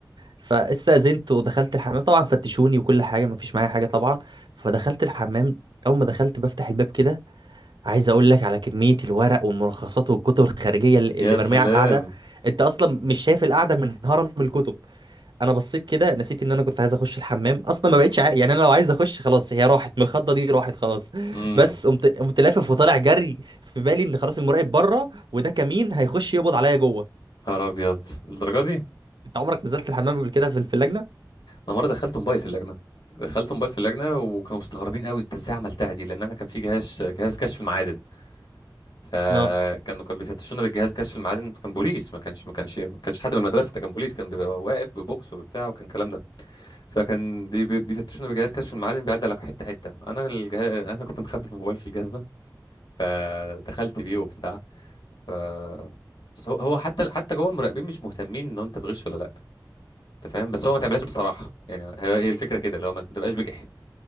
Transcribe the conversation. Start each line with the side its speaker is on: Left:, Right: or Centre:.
Right: فاستاذنت ودخلت الحمام طبعا فتشوني وكل حاجه ما فيش معايا حاجه طبعا فدخلت الحمام اول ما دخلت بفتح الباب كده عايز اقول لك على كميه الورق والملخصات والكتب الخارجيه اللي
Left: يا
Right: اللي مرميه
Left: سلام
Right: على القعده انت اصلا مش شايف القعده من هرم الكتب انا بصيت كده نسيت ان انا كنت عايز اخش الحمام اصلا ما بقتش عا... يعني انا لو عايز اخش خلاص هي راحت من الخضه دي راحت خلاص
Left: امم
Right: بس قمت قمت لافف وطالع جري في بالي ان خلاص المراقب بره وده كمين هيخش يقبض عليا جوه
Left: نهار ابيض للدرجه دي
Right: انت عمرك نزلت الحمام قبل كده في في اللجنه؟
Left: انا مره دخلت موبايل في اللجنه دخلت موبايل في اللجنه وكانوا مستغربين قوي انت ازاي عملتها دي لان احنا كان في جهاز جهاز كشف المعادن فكانوا
Right: لا
Left: كانوا بيفتشونا بالجهاز كشف المعادن كان بوليس ما كانش ما كانش ما كانش حد من المدرسه ده كان بوليس كان بيبقى واقف ببوكس وبتاع وكان الكلام ده فكان بي- بي- بيفتشونا بجهاز كشف المعادن بيعدي على حته حته انا الجهاز انا كنت مخبي الموبايل في الجزمه فدخلت بيه وبتاع ف بس هو هو حتى حتى جوه المراقبين مش مهتمين ان انت بتغش ولا لا انت فاهم بس هو ما تعملهاش بصراحه يعني هي هي الفكره كده اللي هو ما تبقاش بجح